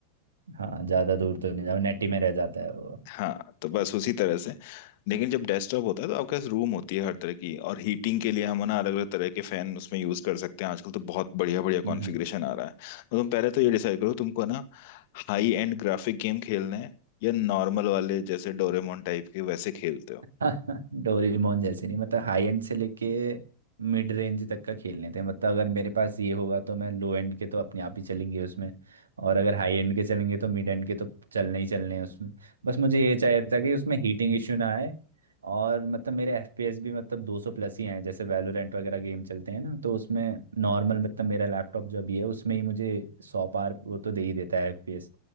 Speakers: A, on the right; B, on the left.
A: हाँ ज्यादा दूर तो नहीं जाओ नेटी में रह जाता है वो
B: हाँ तो बस उसी तरह से लेकिन जब डेस्कटॉप होता है तो आपके पास रूम होती है हर तरह की और हीटिंग के लिए हम ना अलग अलग तरह के फैन उसमें यूज कर सकते हैं आजकल तो बहुत बढ़िया बढ़िया
A: हम्म
B: कॉन्फ़िगरेशन आ रहा है तो तुम पहले तो ये डिसाइड करो तुमको ना हाई एंड ग्राफिक गेम खेलने हैं या नॉर्मल वाले जैसे डोरेमोन टाइप के वैसे खेलते हो
A: <laughs> डोरेमोन जैसे नहीं मतलब हाई एंड से लेके मिड रेंज तक का खेलने थे मतलब अगर मेरे पास ये होगा तो मैं लो एंड के तो अपने आप ही चलेंगे उसमें और अगर हाई एंड के चलेंगे तो मिड एंड के तो चलने ही चलने हैं उसमें बस मुझे ये चाहिए था कि उसमें हीटिंग इश्यू ना आए और मतलब मेरे एफपीएस भी मतलब 200 प्लस ही आए जैसे वैलोरेंट वगैरह गेम चलते हैं ना तो उसमें नॉर्मल मतलब मेरा लैपटॉप जो भी है उसमें ही मुझे सौ पार वो तो दे ही देता है एफपीएस